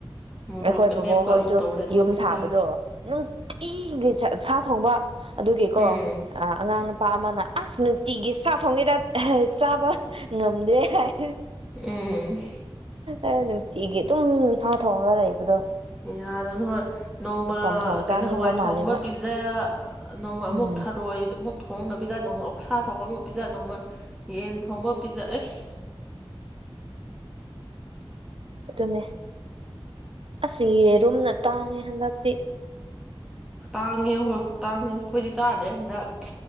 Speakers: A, in the centre; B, on the right (about 75°).
A: ꯃꯣꯔꯣꯛ
B: ꯑꯩꯈꯣꯏ
A: ꯑꯃꯦꯠꯄ
B: ꯕꯕꯣꯛ ꯍꯣꯏꯁꯨ
A: ꯑꯃ ꯇꯧꯔꯦ ꯑꯗꯨꯒ
B: ꯌꯨꯝ
A: ꯑꯗꯨꯝ
B: ꯁꯥꯕꯗꯣ
A: ꯆꯥꯔꯦ
B: ꯅꯨꯡꯇꯤꯒꯤ ꯁꯥ ꯊꯣꯡꯕ ꯑꯗꯨꯒꯤꯀꯣ
A: ꯎꯝ
B: ꯑꯉꯥꯡ ꯄꯥ ꯑꯃꯅ ꯑꯁ ꯅꯨꯡꯇꯤꯒꯤ ꯆꯥ ꯊꯣꯡꯉꯩꯗ ꯆꯥꯕ ꯉꯝꯗ꯭ꯔꯦ ꯍꯥꯏ
A: ꯎꯝ
B: ꯑꯦ ꯅꯨꯡꯇꯤꯒꯤ ꯑꯗꯨꯝ ꯁꯥ ꯊꯣꯡꯉꯒ ꯂꯩꯕꯗꯣ
A: ꯌꯥꯗ ꯍꯣꯏ ꯅꯣꯡꯃ
B: ꯆꯝꯊꯣꯡ ꯆꯥꯅꯤꯡꯕ
A: ꯀꯩꯅꯣ ꯍꯋꯥꯏ
B: ꯃꯥꯜꯂꯦꯕ
A: ꯊꯣꯡꯕ ꯄꯤꯖ ꯅꯣꯡꯃ
B: ꯎꯝ
A: ꯑꯃꯨꯛ ꯊꯔꯣꯏ ꯑꯃꯨꯛ ꯊꯣꯡꯉ ꯄꯤꯖꯥ ꯅꯣꯡꯃ ꯑꯣꯛꯁꯥ ꯊꯣꯡꯕ ꯑꯃ ꯄꯤꯖ ꯅꯣꯡꯃ ꯌꯦꯟ ꯊꯣꯡꯕ ꯑꯃ ꯄꯤꯖ ꯑꯁ
B: ꯑꯗꯨꯅꯦ ꯑꯁ ꯌꯦꯔꯨꯝꯅ ꯇꯥꯡꯉꯦ ꯍꯟꯗꯛꯇꯤ
A: ꯇꯥꯡꯉꯦꯉꯣ ꯍꯣꯏ ꯇꯥꯡꯉꯦ ꯑꯩꯈꯣꯏꯗꯤ ꯆꯥꯗ꯭ꯔꯦ ꯍꯟꯗꯛ